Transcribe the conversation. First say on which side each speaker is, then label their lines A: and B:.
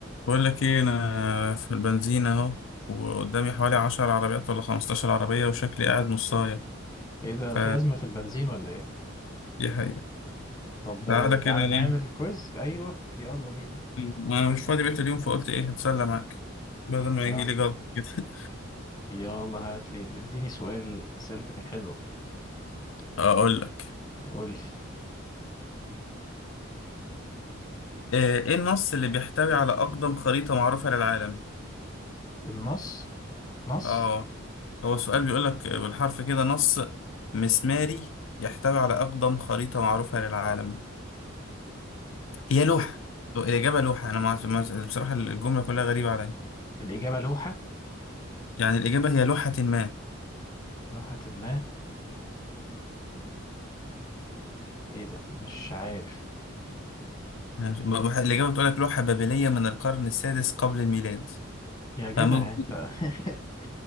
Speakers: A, on the left; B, on the left.
A: بقول لك ايه انا في البنزينة اهو وقدامي حوالي عشر عربيات ولا خمستاشر عربية وشكلي قاعد نصاية
B: ايه ده
A: فدي
B: في أزمة في البنزين ولا ايه؟
A: حقيقة
B: طب
A: كنت
B: آه،
A: قاعدة
B: تعالى
A: كده ليه
B: نعمل كويز ايوه يلا بينا
A: انا مش فاضي بقيت اليوم فقلت ايه هتسلى معاك بدل ما
B: يلا
A: يجي لي جلطة كده <laughs>
B: يلا هات لي اديني سؤال أسئلتك الحلوة
A: اقول لك
B: قول لي
A: ايه إيه النص اللي بيحتوي على اقدم خريطة معروفة للعالم
B: النص نص
A: اه هو السؤال بيقول لك بالحرف كده نص مسماري يحتوي على اقدم خريطة معروفة للعالم هي لوحة
B: إيه.
A: الإجابة لوحة أنا ما ما- بصراحة الجملة كلها غريبة عليا
B: الإجابة لوحة
A: يعني الإجابة هي لوحة ما
B: لوحة ما ايه ده مش عارف
A: أنا مش- ب- الإجابة بتقول لك لوحة بابلية من القرن السادس قبل الميلاد
B: يا جدع
A: فممكن
B: انت <laughs>